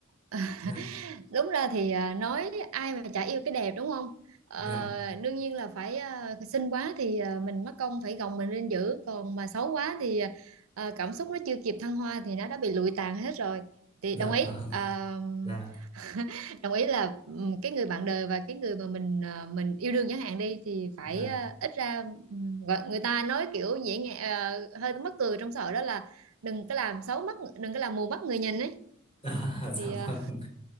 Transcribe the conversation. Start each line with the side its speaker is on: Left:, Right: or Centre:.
Right: Ờ,
Left: dạ
Right: Đúng ra thì à, nói ai mà chả yêu cái đẹp đúng không? Ờ,
Left: dạ
Right: đương nhiên là phải à, xinh quá thì à, mình mất công phải gồng mình lên giữ. Còn mà xấu quá thì à, à, cảm xúc nó chưa kịp thăng hoa thì nó đã bị lụi tàn hết rồi. Thì
Left: dạ
Right: đồng ý.
Left: vâng
Right: Ờ,
Left: dạ
Right: <laughs> đồng ý là ừm, cái người bạn đời và cái người mà mình ờ, mình yêu đương chẳng hạn đi thì phải
Left: dạ
Right: ờ, ít ra ừm, gọi- người ta nói kiểu dễ nghe ờ, hơi mắc cười trong xã hội đó là đừng có làm xấu mắt đừng có làm mù mắt người nhìn ấy
Left: à, <laughs>
Right: thì
Left: dạ
Right: ờ,
Left: vâng